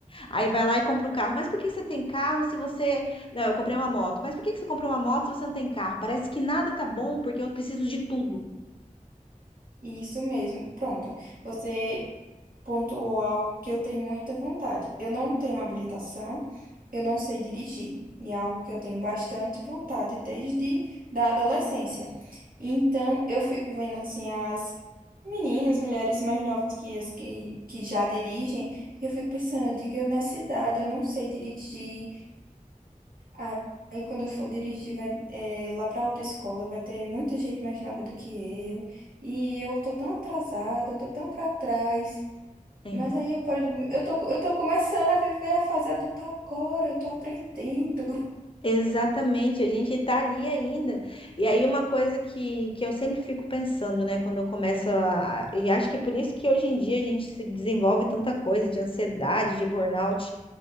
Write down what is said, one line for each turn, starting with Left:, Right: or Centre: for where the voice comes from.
Left: Aí vai lá e compra o carro. Mas por que que você tem carro se você. Não, eu comprei uma moto. Mas por que que você comprou uma moto se você não tem carro? Parece que nada tá bom porque eu preciso de tudo.
Right: isso mesmo. Pronto. Você pontuou algo que eu tenho muita vontade. Eu não tenho habilitação, eu não sei dirigir, e é algo que eu tenho bastante vontade desde da adolescência. Então, eu fico vendo assim as meninas, mulheres mais novas que as que, que já dirigem, e eu fico pensando, eu digo, eu nessa idade, eu não sei dirigir. Aí aí quando eu for dirigir vai, eh, lá para autoescola, vai ter muita gente mais nova do que eu. E eu tô tão atrasada, eu tô tão para trás.
Left: É.
Right: Mas aí eu paro de... Eu tô, eu tô começando a viver a fase adulta agora, eu tô aprendendo.
Left: Exatamente, a gente tá ali ainda. E aí, uma coisa que, que eu sempre fico pensando, né, quando eu começo a. E acho que é por isso que hoje em dia a gente se desenvolve tanta coisa de ansiedade, de burnout.